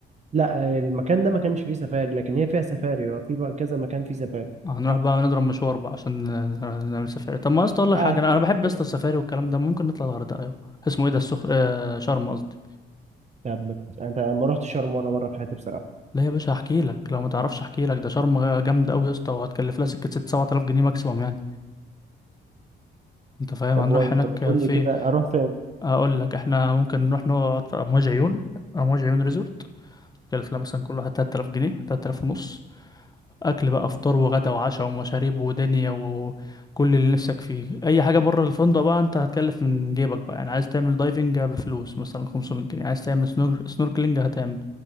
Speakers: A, on the right; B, on the left.
A: لا المكان ده ما كانش فيه سفاري لكن هي فيها سفاري اه في بقى كذا مكان فيه سفاري
B: آه، هنروح بقى نضرب مشوار بقى عشان نعمل سفاري طب ما يا اسطى اقول لك
A: قعدت
B: حاجه انا انا بحب يا
A: بس
B: اسطى السفاري والكلام ده ممكن نطلع الغردقه يا اسمه ايه ده السخ آه شرم قصدي
A: طب ما ت- انت ما رحت شرم ولا مره في حياتي بصراحه
B: لا يا باشا احكي لك لو ما تعرفش احكي لك ده شرم جامده قوي يا اسطى وهتكلف لها سكه 6 7000 جنيه ماكسيموم يعني انت فاهم
A: طب
B: هنروح
A: و... طب
B: هناك
A: ما تقول
B: في
A: لي كده اروح فين
B: هقول لك احنا ممكن نروح نقعد في امواج عيون امواج عيون ريزورت كلف لها مثلا كل واحد 3000 جنيه 3000 ونص اكل بقى فطار وغدا وعشاء ومشاريب ودنيا وكل اللي نفسك فيه اي حاجه بره الفندق بقى انت هتكلف من جيبك بقى يعني عايز تعمل دايفنج بفلوس مثلا 500 جنيه عايز تعمل سنور... سنوركلينج هتعمل